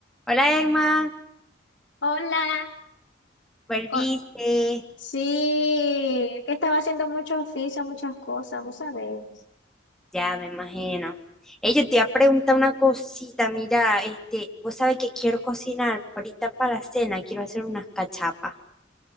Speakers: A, in the centre; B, on the left.
A: Hola Emma,
B: Hola,
A: volviste,
B: co- sí, que estaba haciendo muchos oficios, muchas cosas, vos sabés.
A: ya me imagino. Ey, yo te iba a preguntar una cosita, mira, este, vos sabés que quiero cocinar ahorita para la cena, quiero hacer unas cachapas,